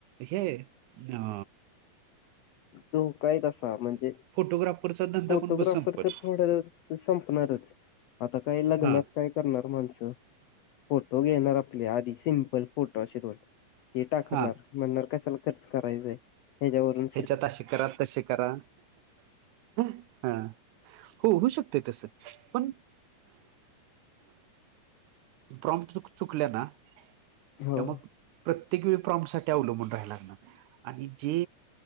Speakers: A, on the right; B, on the left.
A: हे अ
B: तो काही तसा म्हणजे.
A: फोटोग्राफरचा धंदा
B: फोटोग्राफर
A: पण बस संपत
B: तर थोड्या संपणारच. आता काय लग्नात
A: हा
B: काय. करणार माणसं फोटो घेणार आपले आधी सिमपल फोटो असे दोन. हे टाकणार
A: हा
B: म्हणणार कशाला खर्च करायचांय हच्यावरून.
A: ह्याच्यातशी करा तसे करा हा. हो होऊ शकते तस पण. प्रॉम चुकले ना
B: हो
A: किं मग प्रत्येक वेळी प्रॉम्प्टसाठीअवलंबून राहायला लागणार. आणि जे